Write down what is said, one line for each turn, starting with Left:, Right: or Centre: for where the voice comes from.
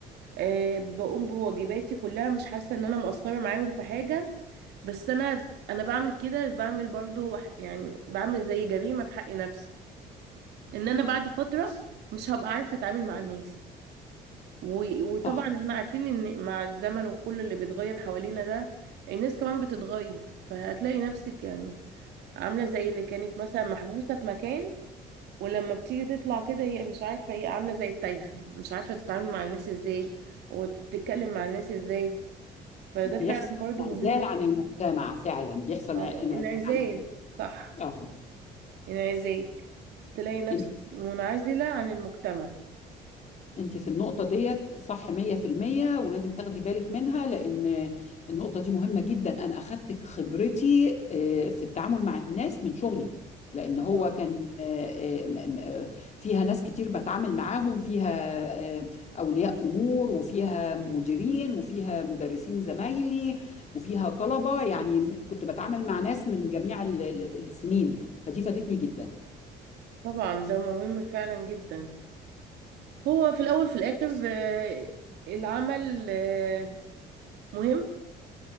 Right: أه بقوم بواجباتي كلها مش حاسة ان انا مقصرة معاهم في حاجة بس انا انا بعمل كده بعمل برضو ح- يعني بعمل زي جريمة في حق نفسي ان انا بعد فترة مش هبقى عارفة اتعامل مع الناس و- وطبعا
Left: صح
Right: احنا عارفين ان مع الزمن وكل اللي بيتغير حوالينا ده الناس كمان بتتغير فهتلاقي نفسك يعني عاملة زي اللي كانت مثلا محبوسة في مكان ولما بتيجي تطلع كده هي مش عارفة هي عاملة زي التايهة مش عارفة تتعامل مع الناس ازاي وتتكلم مع الناس ازاي فده
Left: بيحصل
Right: فعلا برضو
Left: انعزال
Right: مهم
Left: عن المجتمع فعلا بيحصل
Right: اه
Left: انعزال
Right: انعزال
Left: عن
Right: صح
Left: اه
Right: انعزال تلاقي نفسك
Left: انت
Right: منعزلة عن المجتمع
Left: انت في النقطة ديت صح 100% ولازم تاخدي بالك منها لأن النقطة دي مهمة جدا أنا أخدت خبرتي آه، في التعامل مع الناس من شغلي لأن
Right: طبعا
Left: هو كان آه، آه، م- م- آه، فيها ناس كتير بتعامل معاهم فيها آه، أولياء أمور وفيها مديرين وفيها مدرسين زمايلي وفيها طلبة يعني م- كنت بتعامل مع ناس من جميع ال- ال- السنين فدي فادتني جدا
Right: طبعا ده مهم فعلا جدا هو في الأول في الآخر آه، العمل آه، مهم